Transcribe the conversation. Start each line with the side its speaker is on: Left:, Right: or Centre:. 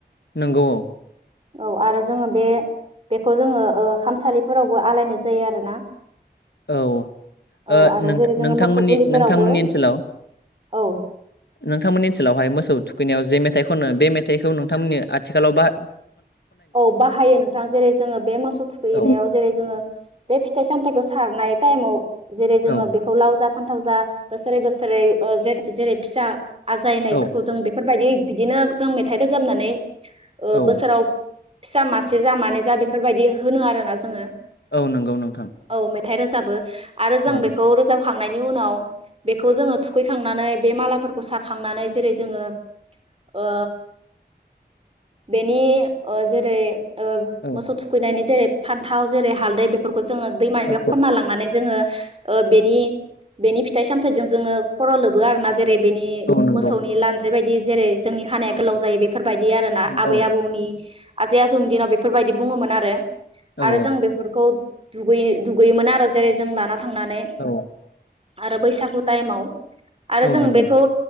Left: नंगौ।
Right: औ आरो जोङो बे बेखौ जोङो खामसालिफोरावबो आलायनाय जायो आरोना।
Left: औ ओ
Right: औ आरो जेरै
Left: नोंथांमोननि
Right: जोङो मोसौ गुलिफोरावबो
Left: नोंथांमोननि ओनसोलाव
Right: औ।
Left: नोंथांमोननि ओनसोलावहाय मोसौ थुखैनायाव जे मेथाइ खनो बे मेथाइखौ नोंथांमोननि आथिखालाव बाह
Right: औ बाहायो नोंथां जेरै जोङो बे मोसौ थुखैनायाव
Left: औ
Right: जेरै जोङो बे फिथाइ सामथायाइखौ सारनाय टाइमाव जेरै- जोङो
Left: औ
Right: बेखौ लाव जाब फानथाव जा बोसोरै- बोसोरै ज जेरै फिसा आजायनायफोरखौ
Left: औ
Right: जों बेफोरबायदि बिदिनो जों मेथाइ रोजाबनानै ओ
Left: औ
Right: बोसोराव फिसा मासे जा मानै जा बेफोरबायाददि होनो आरोना जोङो
Left: औ नंगौ नोंथां।
Right: औ मेथाइ रोजाबो आरो जों
Left: औ
Right: बेखौ रोजाबखां खांनायनि उनाव बेखौ जोङो थुखैखांनानै बे मालाफोरखौ सारखांनानै जेरै जोङो ओ बेनि- ओ जेरै ओ
Left: औ
Right: मोसौ थुखैनायनि जेरै फान्थाव जेरै हालदै बेफोरखौ जोङो दैमानिफ्राय
Left: औ
Right: खन्ना लांनानै जोङो ओ बेनि बेनि फिथाइ सामथाइजों जोङो खर' लोबो आरो ना। जेरै बेनि
Left: औ नंगौ
Right: मोसौनि लान्जाय बायदि जेरै जोंनि खानाया गोलाव जायो बे बेफोरबायदि आरो ना
Left: औ
Right: आबै
Left: औ
Right: आबौनि आजै आजौनि दिनाव बेफोरबायदि बुङोमोन आरो
Left: औ
Right: आरो जों बेफोरखौ दुगै दुगैयोमोन आरो जेरै जों लानानै थांनानै
Left: औ
Right: आरो बैसागु टाइमाव आरो
Left: औ
Right: जों
Left: नंगौ
Right: बेखौ